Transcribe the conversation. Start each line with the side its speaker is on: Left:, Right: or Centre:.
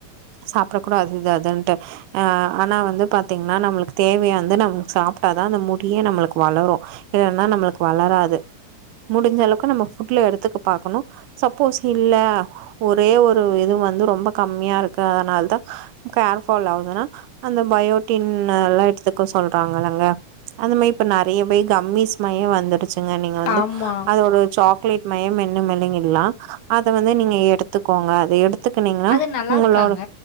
Right: சாப்பிட கூட இது அதுன்ட்டு ஆ ஆனா வந்து பாத்தீங்கன்னா நம்மளுக்கு தேவையா வந்து நம்மளுக்கு சாப்பிட்டாதா அந்த முடியே நம்மளுக்கு வளரு இல்லன்னா நம்மளுக்கு வளராது முடிஞ்ச அளவுக்கு நம்ம புட்ல எடுத்துக்க பாக்கணும் சப்போஸ் இல்ல ஒரே ஒரு இது வந்து ரொம்ப கம்மியா இருக்கு அதனால் தா ஹேர் பால் ஆகுதுன்னா அந்த பயோட்டின் எல்லா எடுத்துக்க சொல்றாங்கல்லங்க அந்த மாதிரி இப்ப நிறைய பே கம்மிஸ் மாறியே வந்து நீங்க நீங்க வந்து
Left: ஆமா.
Right: அது ஒரு சாக்லேட் மாயே மென்னு மெலுங்கர்ல்லா அத வந்து நீங்க எடுத்துக்கோங்க அத எடுத்துக்கனீங்கன்னா
Left: அது நல்லா
Right: உங்களோட
Left: இருக்காங்க.